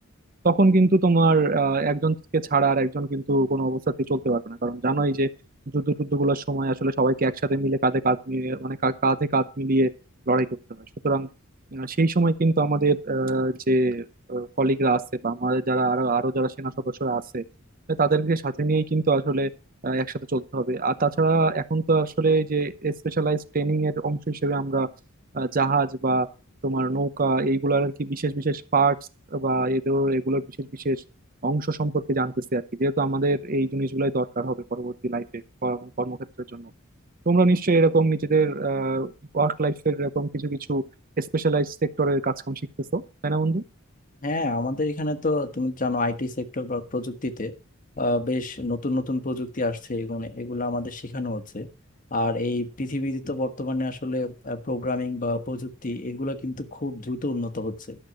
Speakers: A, on the right (about 45°); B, on the left (about 40°).
A: তখন কিন্তু তোমার আহ, একজনকে ছাড়া আর একজন কিন্তু কোনো অবস্থাতেই চলতে পারবে না কারণ জানোই যে যুদ্ধ টুদ্ধ গুলোর সময় আসলে সবাইকে একসাথে মিলে কাঁধে কাঁধ মিলিয়ে মানে কা- কাঁধে কাঁধ মিলিয়ে লড়াই করতে হয় সুতরাং আহ, সেই সময় কিন্তু আমাদের আহ, যে কলিগরা আছে বা আমাদের যারা আরো আরো যারা সেনা সদস্যরা আছে তাদেরকে সাথে নিয়েই কিন্তু আসলে আহ, একসাথে চলতে হবে আর তাছাড়া এখন তো আসলে যে স্পেশালাইজড ট্রেনিং এর অংশ হিসেবে আমরা আহ, জাহাজ বা তোমার নৌকা এইগুলার আর কি বিশেষ বিশেষ পার্টস বা এদের এগুলোর বিশেষ বিশেষ অংশ সম্পর্কে জানতেছি আর কি যেহেতু আমাদের এই জিনিসগুলাই দরকার হবে পরবর্তী লাইফে কর্মক্ষেত্রের জন্য তোমরা নিশ্চয়ই এরকম নিজেদের ওয়ার্ক লাইফের এরকম কিছু কিছু স্পেশালাইজ সেক্টরের কাজ কাম শিখতেছো তাই না বন্ধু
B: হ্যাঁ আমাদের এখানে তো তুমি জানো আইটি সেক্টর বা প্রযুক্তিতে আহ, বেশ নতুন নতুন প্রযুক্তি আসছে এগুলো এগুলো আমাদের শেখানো হচ্ছে আর এই পৃথিবীতে তো বর্তমানে আসলে প্রোগ্রামিং বা প্রযুক্তি এগুলো কিন্তু খুব দ্রুত উন্নত হচ্ছে